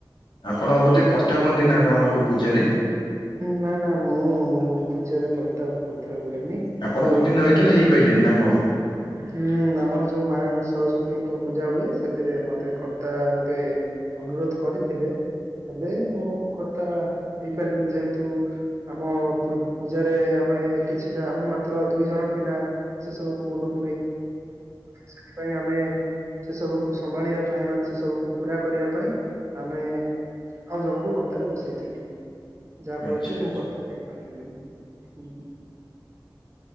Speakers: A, on the left (about 75°); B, on the right (about 40°).
A: ଆପଣ ବୋଧେ କର୍ତ୍ତା ହୁଅନ୍ତି ନା କଣ କୋଉ ପୂଜାରେ?
B: ନା ନା ମୁଁ ପୂଜାରେ କରତା କୋଉ ଥିରେ ହୁଏନି।
A: ଆପଣ ଉତ୍ତୀଣ୍ଣ
B: ଗଣପତି
A: ହେଇଥିଲେ
B: ବାପାଙ୍କୁ
A: ହେଇ ପାଇାରଲେନି ନା କଣ?
B: ହୁଁ ଆମର ଯୋଉ ମା ସରସ୍ଵତୀଙ୍କ ପୂଜା ହୁଏ ସେଥିରେ ମତେ କର୍ତ୍ତା ରୂପେ ଅନୁରୋଧ କରିଥିଲେ ହେଲେ ମୁଁ କର୍ତ୍ତା ହେଇପାରିଲିନି ଯେହେତୁ ଆମ ପୂଜାରେ ଆମେ କିଛିଟା ଆମେ ମାତ୍ର ଦୁଇ ଜଣ ପିଲା ସେ ସବୁକୁ ମୁଣ୍ଡକୁ ନେଇ ସେଥିପାଇଁ ଆମେ ସେ ସବୁକୁ ସମ୍ଭାଳିବା ପାଇଁ ମାନେ ସେ ସବୁକୁ ପୁରା କରିବା ପାଇଁ ଆମେ ଆଉ ଜଣଙ୍କୁ କର୍ତ୍ତାରେ ବସେଇଥିଲୁ ଯାହା ଫଳରେ
A: ଆଚ୍ଛା
B: କି
A: ଆଚ୍ଛା
B: ମୁଁ କର୍ତ୍ତା ହେଇପାରିଲିନି ହୁଁ।